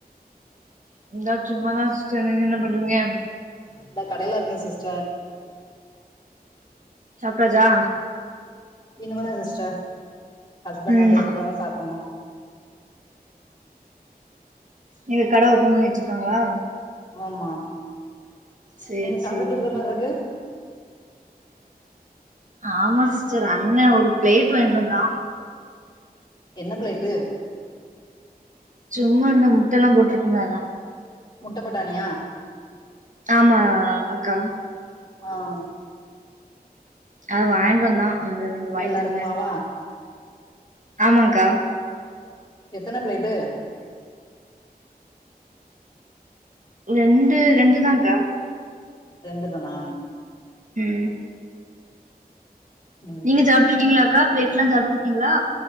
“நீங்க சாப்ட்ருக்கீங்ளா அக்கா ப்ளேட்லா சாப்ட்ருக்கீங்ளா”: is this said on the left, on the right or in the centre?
Right